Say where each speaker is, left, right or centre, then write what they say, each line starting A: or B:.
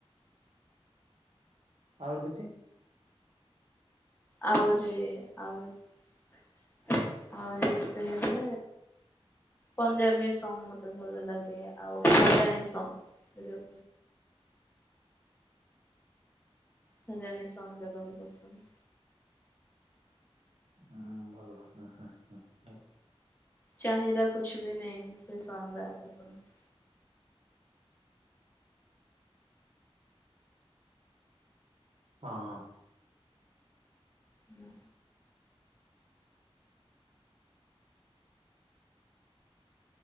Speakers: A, on the right; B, on the left.
A: ଆହୁରି କିଛି
B: ଆଉରିି ଆଉରି ଆଉରି ଗୀତ ହେଲେ ପଞ୍ଜାବୀ ସଙ୍ଗ ମତେ ଭଲ ଲାଗେ ଆଉ ହରିୟାଣୀ ସଙ୍ଗ ହରିୟାଣୀ ସଙ୍ଗ ଜାକ ବି ପସନ୍ଦ।
A: ହୁଁ ଭଲ ହଁ ହଁ ହଁଉଁ
B: ଚାହିଦା କୁଛବି ନେହିଁ ସେ ସଙ୍ଗରା ପସନ୍ଦ।
A: ହଁ ହଁ।
B: ହୁଁ।